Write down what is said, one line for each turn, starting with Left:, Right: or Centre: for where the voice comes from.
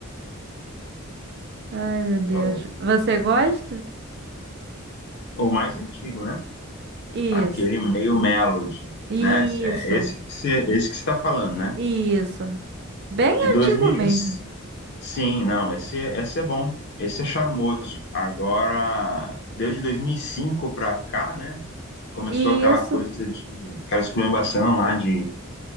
Right: Ai, meu Deus.
Left: Oh,
Right: Você gosta?
Left: O mais antigo, né?
Right: Isso.
Left: Aquele meio Melody,
Right: Isso.
Left: né? É esse que você, esse que você tá falando, né?
Right: Isso. Bem
Left: De 2000,
Right: antigo mesmo.
Left: e- sim, não, esse, esse é bom, esse é charmoso. Agora, deu de 2005 para cá, né? que Começou
Right: Isso.
Left: aquela coisa de, aquela esculhambação lá de,